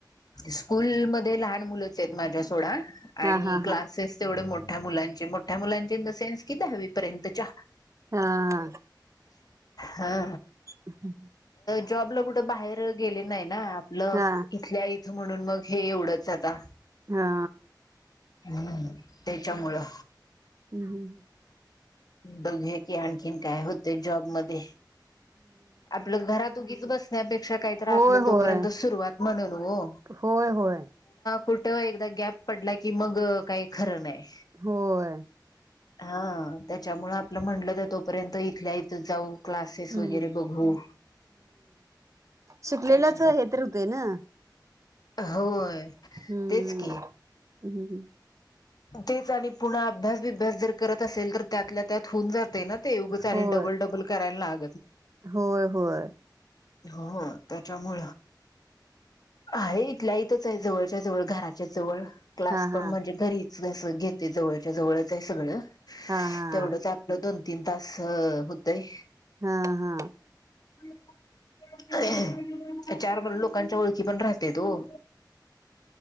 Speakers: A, on the left (about 55°); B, on the right (about 40°).
A: स्कूल मध्ये लहान मुलंच आहेत माझ्या सोडा
B: हा
A: आणि
B: हा हा
A: क्लासेस तेवढे मोठ मोठ्या मुलांचे मोठ्या मुलांचे इन द सेन्स कि दहावी पर्यंत चा
B: हा.
A: हा.
B: <unintelligible>
A: जॉबला कुठं बाहेर गेले नाही ना आपलं
B: हा
A: इथल्या इथं म्हणून मग हे एवढंच आता
B: हा.
A: हम्म त्याच्यामुळं
B: हम्म
A: बघ की आणखीन काय होत जॉबमध्ये आपलं घरातूनी बसण्यापेक्षा काहीत
B: होय
A: आपलं तोपर्यंत
B: होय
A: सुरुवात म्हणून हो
B: होय होय.
A: कुठ एकदा गॅप पडला की मग काही खरं नाही
B: होय
A: हा त्याच्यामुळ आप म्हटलं तर तोपर्यंत इथल्या इथ जाऊ क्लासेस
B: हम्म
A: वगैरे बघू
B: शिकलेलंच
A: त्याच्यासाठी
B: हे तर होतय ना.
A: होय
B: हम्म
A: तेच की
B: हम्म
A: तेच आणि पुन्हा अभ्यास विभ्यास जर करत असेल तर त्यातल्या त्यात होऊन जाते ना ते एवगंच आणि
B: होय
A: डबल डबल करायला लाग.
B: होय होय.
A: हो त्याच्यामु आहे इथल्या आहे जवळच्या जवळ घराच्या जवळ क्लास
B: हा हा
A: पण म्हणजे जव जव सगळवढ
B: हा हा
A: तेवढेच आपलं दोन तीन तास होतेय.
B: हा हा.
A: <unintelligible> चार लोकांच्या ओळखी पण राहत्यात हो.